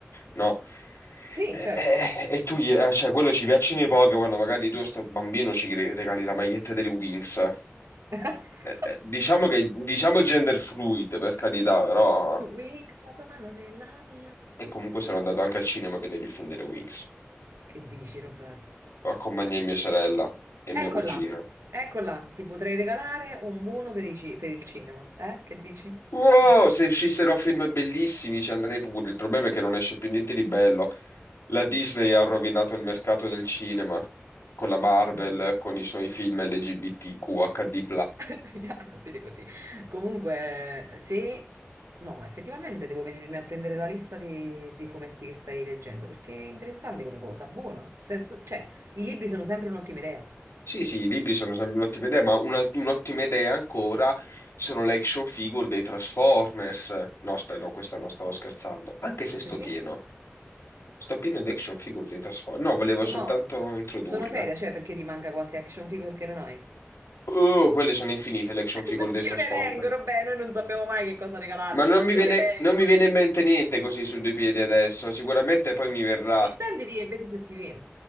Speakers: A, on the left; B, on the right.
A: no?
B: Sì,
A: E,
B: certo.
A: e- e tu, gli- eh, cioè quello ci piacciono i Pokémon, magari tu a sto bambino ci re- regali la maglietta delle Wings.
B: <laughs>
A: eh, eh, diciamo che diciamo gender fluid, per carità, però.
B: Wix, la tua mano nella mia.
A: E comunque sono andato anche al cinema a vedere il film delle Wings.
B: Che dici, Robè?
A: Accompagnai mia sorella e mia
B: Eccola,
A: cugina.
B: eccola, ti potrei regalare un buono per i ci- per il cinema, eh? Che dici?
A: Wow,
B: <laughs>
A: se uscissero film bellissimi ci andrei pure. Il problema è che non esce più niente di bello. La Disney ha rovinato il mercato del cinema con la Marvel,
B: No,
A: con i suoi film LGBTQHD+.
B: <laughs> ya, non dire così. Comunque, se... No, effettivamente devo venirmi a prendere la lista dei, dei fumetti che stai leggendo, perché è interessante come cosa, buona. Senso- cioè, i libri sono sempre un'ottima idea.
A: Sì, sì, i libri sono sempre un'ottima idea, ma una- un'ottima idea ancora sono le action figure dei Transformers. No, aspetta, no, questa no, stavo scherzando. Anche se sto
B: Perché?
A: pieno, sto pieno di action figure dei Transformers. No, volevo
B: No,
A: soltanto introdurle.
B: sono seria, cioè, perché ti manca qualche action figure che non hai?
A: Oh, quelle sono infinite
B: <laughs>
A: le action
B: Facci
A: figure dei Transformers.
B: un elenco, vabbè, noi non sappiamo mai che cosa regalarti,
A: Ma non
B: facci
A: mi viene,
B: un elenco.
A: non mi viene in mente niente così su due piedi adesso, sicuramente poi mi verrà.
B: Estenditi e vedi se ti viene.